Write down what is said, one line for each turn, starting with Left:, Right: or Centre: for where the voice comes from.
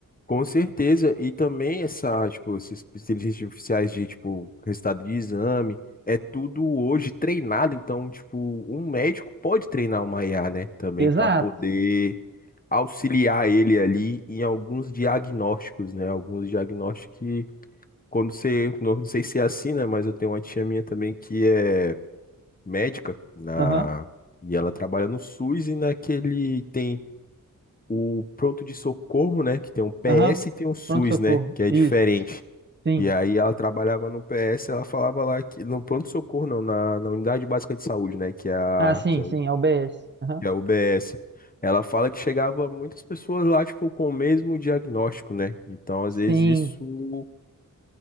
Left: Com certeza, e também essa, tipo, essas inteligências artificiais de, tipo, resultado de exame, é tudo hoje treinado, então, tipo, um médico pode treinar uma IA, né, também
Right: Exato.
Left: para poder auxiliar ele ali em alguns diagnósticos, né, alguns diagnósticos que, quando você, não sei se é assim, né, mas eu tenho uma tia minha também que é médica na...
Right: Aham,
Left: E ela trabalha no SUS e naquele tem o pronto de socorro, né? Que tem um PS
Right: aham.
Left: e tem o SUS,
Right: Pronto-socorro.
Left: né? Que é
Right: Isso.
Left: diferente.
Right: Sim.
Left: E aí ela trabalhava no PS, ela falava lá que. No pronto de socorro, não, na, na unidade básica de saúde, né? Que é a,
Right: Ah, sim,
Left: que é
Right: sim,
Left: o,
Right: é o BS. Aham.
Left: que é a UBS. Ela fala que chegava muitas pessoas lá, tipo, com o mesmo diagnóstico, né? Então, às
Right: Sim,
Left: vezes, isso